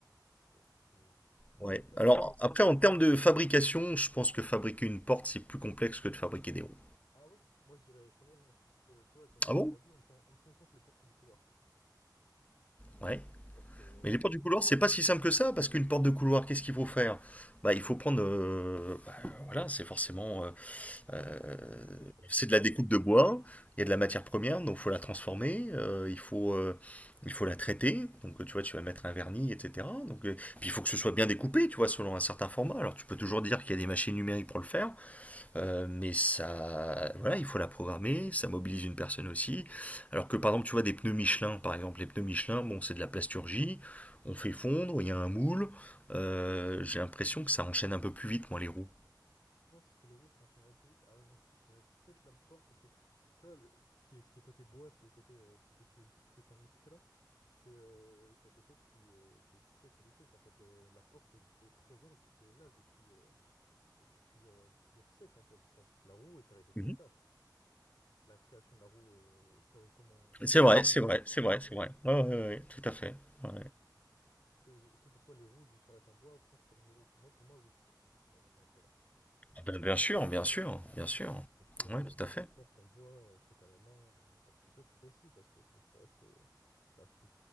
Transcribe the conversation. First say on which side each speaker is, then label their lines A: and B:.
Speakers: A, on the left (about 65°); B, on the left (about 20°).
A: Tu vois, c'est c'est plein
B: Ouais.
A: de, plein
B: Alors,
A: de petits trucs.
B: après, en termes de fabrication, je pense que fabriquer une porte, c'est plus complexe que de fabriquer des roues.
A: Ah ouais? Moi, je dirais, je demande non. Que, tu vois, ton-
B: Ah bon?
A: tu m'as dit, on prend, on prend en compte les portes du couloir.
B: Ouais.
A: Porte, euh,
B: Mais les
A: porte,
B: portes du couloir, c'est pas si simple que ça, parce qu'une porte de couloir, qu'est-ce qu'il faut faire? Bah, il faut prendre. euh, bah, voilà, c'est forcément. euh, euh,
A: la matière première, faut la
B: c'est
A: poncer,
B: de la découpe de bois, il y a de la matière première, donc il faut la transformer, euh, il faut, euh, il faut la traiter, donc tu vois, tu vas mettre un vernis, etc. Donc, euh, puis il faut que ce soit bien découpé, tu vois, selon un certain format. Alors tu peux toujours dire qu'il y a des machines numériques pour le faire, euh, mais ça, voilà, il faut la programmer, ça mobilise une personne aussi. Alors que par exemple, tu vois des pneus Michelin, par exemple, les pneus Michelin, bon, c'est de la plasturgie, on fait fondre, il y a un moule. Euh, j'ai l'impression que ça enchaîne un peu plus vite, moi, les roues.
A: Tu penses que les roues s'enchaîneraient plus vite? Ah ouais, moi je je dirais peut-être la porte parce que tu vois, le- ce qui est, ce qui est côté bois, ce qui est côté euh, tout ce que tu, tout ce que tu viens de me citer là, c'est euh, ça a été fait depuis euh, des siècles et des siècles en fait. Les- la porte est, est présente et est là depuis, euh, depuis plusieurs, euh, plusieurs siècles en fait, tandis que la roue est arrivée très
B: Mhm.
A: tard. La création de la roue euh, co- comme, on, comme
B: C'est
A: on la
B: vrai,
A: voit aujourd'hui.
B: c'est vrai, c'est vrai, c'est vrai. Ouais, ouais, ouais, ouais, tout à fait. Ouais.
A: Est-ce que, est-ce que pour toi les roues d'une charrette en bois comptent comme une roue? Moi, pour moi, oui, tu vois. On va rentrer dans ce cas-là.
B: Ah ben, bien sûr, bien sûr,
A: Et,
B: bien sûr.
A: et- et du coup, on-
B: Ouais, tout
A: les,
B: à fait.
A: les portes en bois euh, faites à la main, de manière pas trop complexe, aussi, parce que ça, ça reste, euh, ça reste une